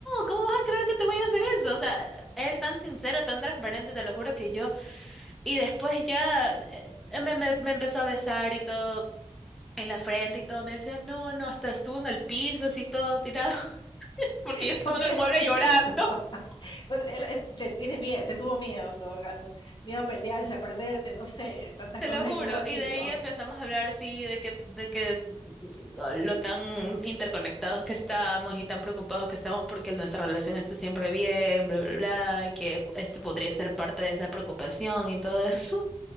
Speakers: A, in the centre; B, on the left.
A: ¿cómo vas a creer que te voy a hacer eso? O sea, él tan sincero, tan transparente, te lo juro que yo. Y después ya eh, me, me, me empezó a besar y todo en la frente y todo. Me decía, no, no, hasta estuvo en el piso así todo tirado, <laughs> porque
B: <laughs>
A: yo estaba
B: Pobrecito.
A: en el mueble llorando. <laughs>
B: O sea, Él eh, te tiene miedo, te tuvo miedo en todo caso. Miedo a pelearse, a perderte, no sé, tantas
A: Te
B: cosas
A: lo juro.
B: en un ratito.
A: Y de ahí empezamos a hablar, sí, de que, de que mm, lo tan interconectados que estamos y tan preocupados que estamos porque nuestra relación esté siempre bien, bla, bla, bla, y que este podría ser parte de esa preocupación y todo eso.